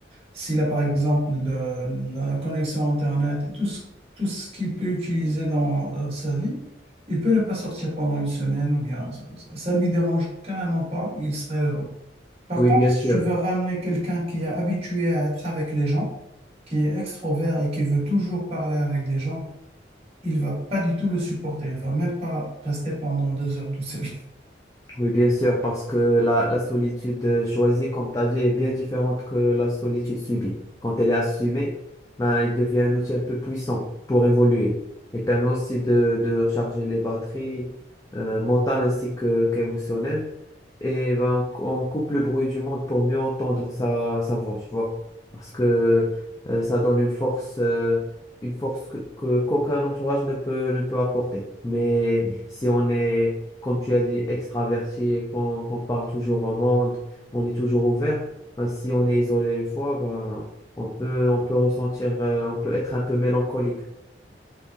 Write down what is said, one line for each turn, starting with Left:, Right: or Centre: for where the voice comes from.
Right: s'il a par exemple le- la connexion Internet et tout ce, tout ce qu'il peut utiliser dans euh, sa vie, il peut ne pas sortir pendant une semaine ou bien ça, ça lui dérange carrément pas, il serait heureux. Par
Left: Oui,
Right: contre,
Left: bien
Right: si
Left: sûr.
Right: tu veux ramener quelqu'un qui est habitué à être avec les gens, qui est extrovert et qui veut toujours parler avec des gens, il va pas du tout le supporter. Il va même pas rester pendant deux heures tout seul.
Left: Oui, bien sûr, parce que la, la solitude euh, choisie, comme tu as dit, est bien différente que la solitude subie. Quand elle est assumée, ben, elle devient un outil un peu puissant pour évoluer. Elle permet aussi de, de recharger les batteries euh, mentales ainsi que, qu'émotionnelles. Et ben, on coupe le bruit du monde pour mieux entendre sa, sa voix, tu vois. Parce que euh, ça donne une force, euh, une force que, que- qu'aucun entourage ne peut, ne peut apporter. Mais si on est comme tu as dit, extraverti, et qu'on qu'on parle toujours au monde, on est toujours ouvert. Ben, si on est isolé une fois, ben, on peut, on peut ressentir, euh, on peut être un peu mélancolique.